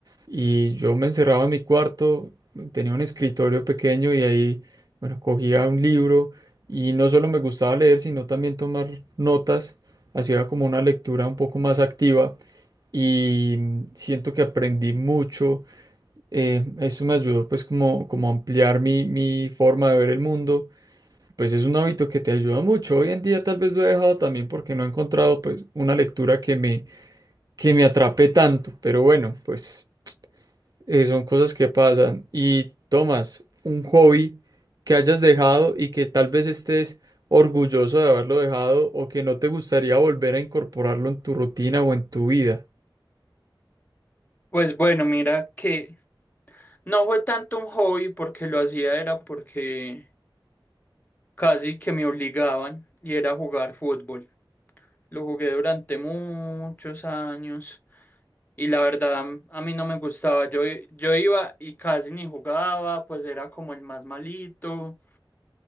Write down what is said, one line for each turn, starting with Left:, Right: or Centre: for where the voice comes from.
Right: y yo me encerraba en mi cuarto, tenía un escritorio pequeño y ahí, bueno, cogía un libro y no solo me gustaba leer, sino también tomar notas, hacía como una lectura un poco más activa. Y mm, siento que aprendí mucho. eh, eso me ayudó pues como, como a ampliar mi, mi forma de ver el mundo pues es un hábito que te ayuda mucho. Hoy en día tal vez lo he dejado también porque no he encontrado pues una lectura que me, que me atrape tanto. Pero bueno, pues eh, son cosas que pasan. Y Tomás, un hobby que hayas dejado y que tal vez estés orgulloso de haberlo dejado o que no te gustaría volver a incorporarlo en tu rutina o en tu vida.
Left: Pues bueno, mira que no fue tanto un hobby porque lo hacía era porque casi que me obligaban y era jugar fútbol. Lo jugué durante muchos años y la verdad a mí no me gustaba. Yo, i- yo iba y casi ni jugaba, pues era como el más malito.